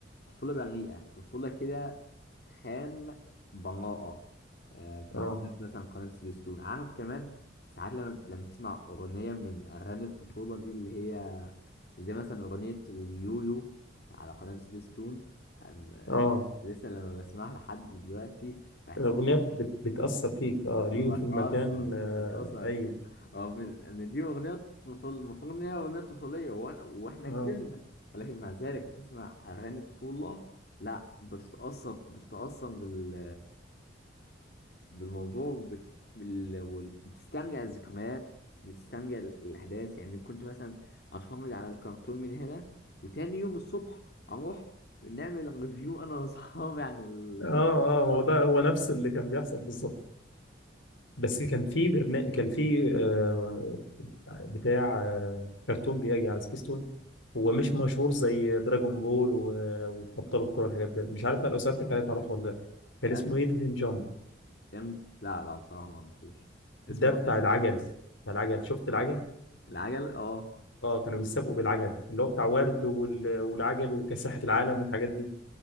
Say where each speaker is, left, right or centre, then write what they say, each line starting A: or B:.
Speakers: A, on the left; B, on the left.
A: طفولة بريئة طفولة كده خام براءة آه كقناة
B: آه
A: مثلا قناة سبيستون عارف كمان ساعات لما لما تسمع أغنية من أغاني الطفولة دي اللي هي زي مثلا أغنية اليويو على قناة سبيستون أن- آه،
B: آه
A: لسه لما بسمعها لحد دلوقتي بحس
B: الأغنية بت... بتأثر فيك آه اليوم
A: بتأثر
B: في المكان آه
A: بتأثر
B: أيوه
A: هو مز- ان دي اغنية طفل المفروض ان هي اغنية طفولية وأنا- واحنا
B: آه
A: كبرنا ولكن مع ذلك بتسمع اغاني طفولة لا بتتأثر بتتأثر بال بالموضوع وبت... بال... وال- بتسترجع الذكريات بتسترجع ال- الاحداث يعني كنت مثلا اتفرج على الكرتون من هنا وتاني يوم الصبح اروح نعمل ريفيو انا واصحابي عن الكرتون
B: آه آه
A: اللي
B: ما هو ده هو نفس اللي كان بيحصل بالظبط بس كان في برنامج كان في آه، بتاع آه، كرتون بيجي على سبيستون هو مش مشهور زي دراجون بول و- وابطال الكره والحاجات دي مش عارف بقى لو سالتك عليه تعرفه ولا لا
A: اتفرجنا.
B: كان اسمه ايدن جامب
A: كان لا لا بصراحة ما اعرفوش اسمه
B: ده بتاع
A: إيه؟
B: العجل بتاع العجل شفت العجل
A: العجل اه
B: اه كانوا بيسابقوا بالعجل اللي هو بتاع ورد وال- والعجل وكاسحة العالم والحاجات دي